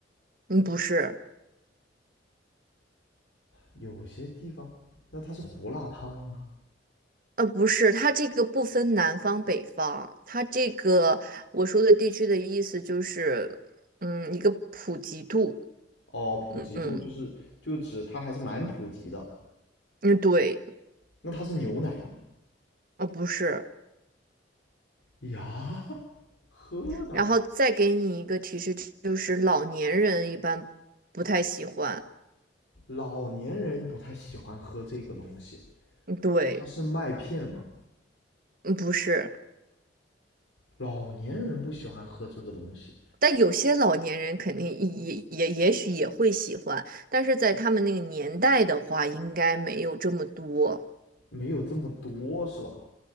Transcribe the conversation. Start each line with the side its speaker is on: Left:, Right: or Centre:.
Right: 嗯，不是，
Left: 有些地方，那它是胡辣汤吗？
Right: 呃，不是，它这个不分南方北方，它这个我说的地区的意思就是，嗯，一个普及度。
Left: 哦，普及度就是就指它还是蛮普及的。
Right: 嗯嗯嗯，对，
Left: 那它是牛奶吗？
Right: 呃，不是。
Left: 呀，喝的，
Right: 然后再给你一个提示，就是老年人一般不太喜欢。
Left: 老年人不太喜欢喝这个东西。
Right: 嗯，对，
Left: 它是麦片嘛，
Right: 嗯，不是。
Left: 老年人不喜欢喝这个东西，
Right: 但有些老年人肯定也也也许也会喜欢，但是在他们那个年代的话，应该没有这么多
Left: 没有这么多是吧？